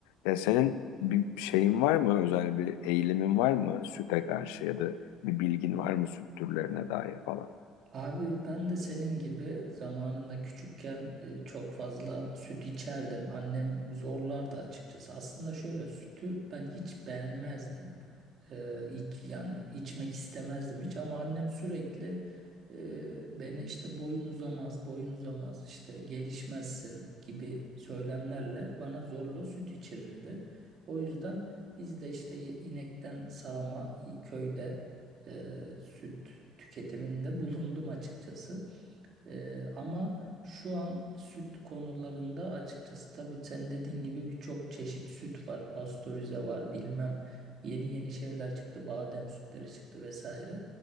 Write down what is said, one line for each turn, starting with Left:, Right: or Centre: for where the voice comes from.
Left: Ya senin bir şeyin var mı özel bir eğilimin var mı süte karşı ya da bir bilgin var mı süt türlerine dair falan?
Right: Abi ben de senin gibi zamanında küçükken e, çok fazla süt içerdim. Annem zorlardı açıkçası. Aslında şöyle sütü ben hiç beğenmezdim. Ee, iç, yani içmek istemezdim hiç ama annem sürekli e, beni işte boyun uzamaz, boyun uzamaz, işte gelişmezsin gibi söylemlerle bana zorla süt içirirdi. O yüzden biz de işte ye- inekten sağma köyde e, süt tüketiminde bulundum açıkçası. E, ama şu an süt konularında açıkçası tabii sen dediğin gibi birçok çeşit süt var. Pastörize var bilmem yeni yeni şeyler çıktı. Badem sütleri çıktı vesaire.